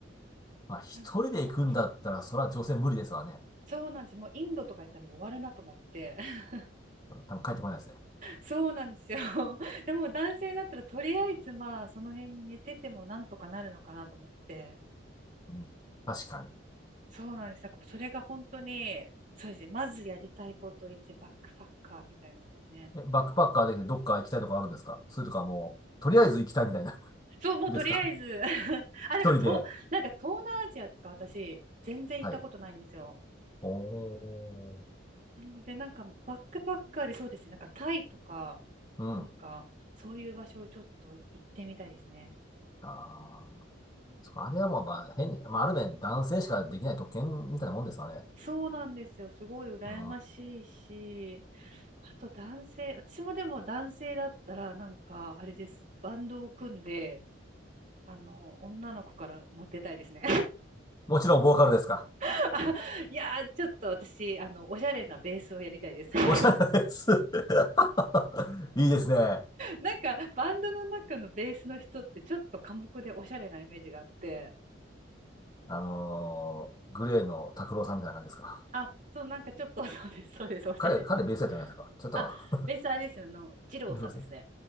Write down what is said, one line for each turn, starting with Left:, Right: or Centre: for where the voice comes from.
Left: まあ、一人で行くんだったら、
Right: なんか
Left: それは女性無理ですわね。
Right: そうなんですよもうインドとか行ったらもう終わるなと思って <laughs>
Left: 多分帰ってこないですね。
Right: そうなんですよ <laughs> でも男性だったらとりあえずまあその辺に寝ててもなんとかなるのかなと思って
Left: うん、確かに。
Right: そうなんですなんかそれが本当にそうですねまずやりたいこと1バックパッカーみたいなのですね。
Left: えバックパッカーでどっか行きたいとこあるんですかそれとかもう、とりあえず行きたいみたいな
Right: そう、もうとりあえず
Left: <laughs> ですか
Right: <laughs> あ、でも、
Left: 一人で。
Right: と、なんか東南アジアとか私、全然行ったことないんですよ。
Left: はい。おー。
Right: なので、なんかバックパッカーでそうですね、なんかタイとか、
Left: うん。
Right: なんかそういう場所をちょっと行ってみたいですね。
Left: あー。そっかあれはもう、まあ、変に、まあ、ある面男性しかできない特権みたいなもんですわね。
Right: そうなんですよ。すごい羨ましいし、
Left: うん。
Right: あと男性、私もでも男性だったら、なんかあれです。バンドを組んで、あの、女の子からモテたいですね。
Left: もちろんボーカルですか
Right: <laughs> あいやー、ちょっと私、あの、おしゃれなベースをやりたいです。<laughs>
Left: おしゃれです。<laughs> いいですね。
Right: なんかバンドの中のベースの人ってちょっと寡黙でおしゃれなイメージがあって、
Left: あのー、グレーの拓郎さんみたいな感じですか
Right: あ、そう、なんかちょっと、<laughs> そうです、そうです、おしゃれな。
Left: 彼、彼ベースやったんないですか。違ったか
Right: あ、ベースあれですよ、あの、二郎さんですね。
Left: な <laughs> そうですね。